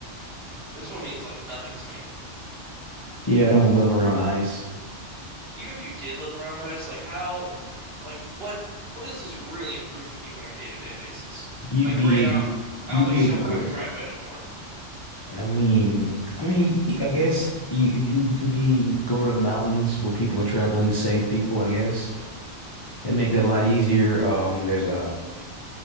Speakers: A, on the right (about 50°); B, on the left (about 30°).
A: this one means like nothing to me.
B: Yeah, I don't love her on ice.
A: Even if you did live around ice, like how, like what what does this really improve for you on a day-to-day basis?
B: You'd
A: Like
B: be
A: great, I
B: a,
A: don't, I
B: you'd
A: don't have
B: be
A: to shovel
B: a girl.
A: my driveway no more.
B: I mean, I mean, I guess you if you you can be go to mountains where people are traveling, save people. I guess and make that a lot easier. Um, there's a